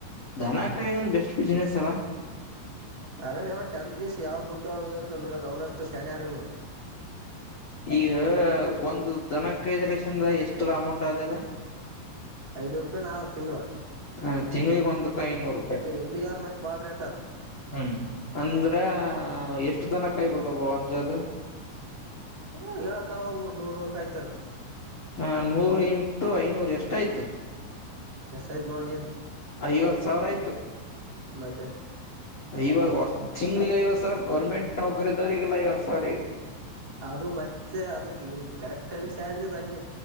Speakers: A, on the left; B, on the right.
A: ಧನಕಾಯ ದೊಂದು ಬೆಸ್ಟ್ ಬಿಸ್ನೆಸ್ ಅಲ್ಲ
B: ಅರಾಮ್ ಯಾವ್ ಟೆತ್ಗೆಸ್ ಯಾವ್ ಬುಟ್ಟ ಹೋಗಿತ ನದುಡಕ್ ಅವ್ನಷ್ಟ ಶೇಣ್ಯ ಆರಲ್ ನೋಡು
A: ಈಗ ಒಂದು ದನ ಕೈದ ಲಸಿಂದ ಎಷ್ಟ ಅಮೌಂಟ್ ಅಲ್ಲ ಹೇಳು
B: ಐನೂರು ರೂಪಾಯಿನ ಆದ ತಿಂಗಳು
A: ಹ ತಿಂಗಳಿಗೆ ಒಂದಕ್ಕ ಐನೂರು ರೂಪಾಯಿ
B: ಎಮ್ಮಿಗಾದ್ರ ಮತ್ ಬಾಳ್ ರೇಟ್ ಅದ
A: ಹ್ಮ್ ಅಂದ್ರೆ ಎಷ್ಟು ದನ ಕೈ ಬದು ಭಂ ಜತೆ
B: ಹ ಹೇಳ ಕಾಲ ಒಬರು ನೂರ್ ನೂರ್ ಕಾಯ್ತಾರ
A: ಹಾ ನೂರು ಎಂಟು ಐನೂರು ಎಷ್ಟ ಆಯ್ತು
B: ಎಷ್ಟ ಆಯ್ತು ನೋಡಣ ನಿನ್
A: ಐವತ್ ಸಾವಿರ ಆಯ್ತು
B: ಮತ್ತೆ
A: ಇಐವ ವರ್ ತಿಂಗಳಿಗ ಐವತ್ತ ಸಾವಿರ ಗವರ್ಮೆಂಟ್ ನೌಕರಿ ದರಿಗಲ್ಲ ಐವತ್ತ ಸಾವಿರ ಈಗ
B: ಅದು ಮತ್ತೆ ಅದಕ್ ಇದು ಕರೆಕ್ಟ್ ಟೈಮಗೆ ಸ್ಯಾಲ್ರಿ ಇದ ಹಂಗೆ